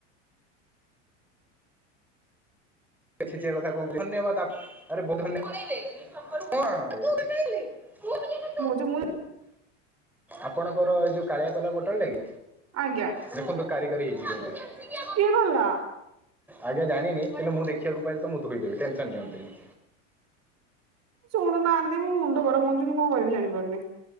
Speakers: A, in the centre; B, on the right (about 45°).
A: <unintelligible> <unintelligible>
B: ମୋ ଯୋଉ
A: ଆପଣଙ୍କର ଏଇ ଯୋଉ କାଳିଆ କଲର ବୋଟଲ ଟା କି
B: ଆଜ୍ଞା
A: ଦେଖନ୍ତୁ କାରିଗାରୀ ହେଇଛି କେମତି
B: କିଏ ଗଲା?
A: ଆଜ୍ଞା ଜାଣିନି କିନ୍ତୁ ମୁଁ ଦେଖିବାକୁ ପାଇଲିି ତ ମୁଁ ଧୋଇଦେବି ଟେନସନ ନିଅନ୍ତୁନି।
B: ଶୁଣୁନାହାନ୍ତି ମୋ ମୁଣ୍ଡ ଗରମ ହଉଛି ମୁ କଣ କରିବି ଜଣିପାରୁନି।